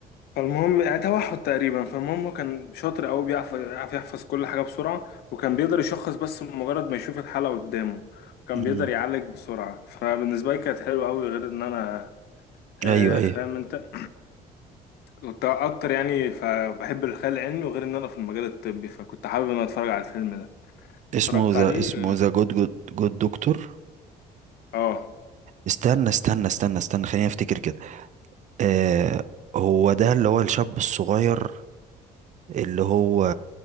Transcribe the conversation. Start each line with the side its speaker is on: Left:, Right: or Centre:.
Left: فالمهم يعني توحد تقريبا فالمهم هو كان شاطر قوي بيعرف يعرف يحفظ كل حاجه بسرعه وكان بيقدر يشخص بس مجرد ما يشوف الحاله قدامه كان
Right: امم
Left: بيقدر يعالج بسرعه فبالنسبه لي كانت حلوه قوي غير ان انا آه
Right: ايوه ايوه
Left: فاهم انت كنت اكتر يعني فبحب الخيال العلمي وغير ان انا في المجال الطبي فكنت حابب ان انا اتفرج على الفيلم ده
Right: اسمه
Left: اتفرجت
Right: ذا
Left: عليه
Right: اسمه ذا جود جود جود دكتور
Left: اه
Right: استنى استنى استنى استنى خليني افتكر كده آه هو ده اللي هو الشاب الصغير اللي هو